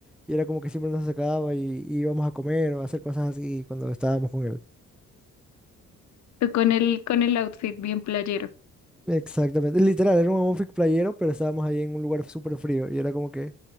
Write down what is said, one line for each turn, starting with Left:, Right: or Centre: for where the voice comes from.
Centre: y era como que siempre nos sacaba y, y íbamos a comer o a hacer cosas así cuando estábamos con él.
Left: tú con el, con el outfit bien playero.
Centre: Exactamente, literal, era un amorfic playero, pero estábamos ahí en un lugar súper frío y era como que,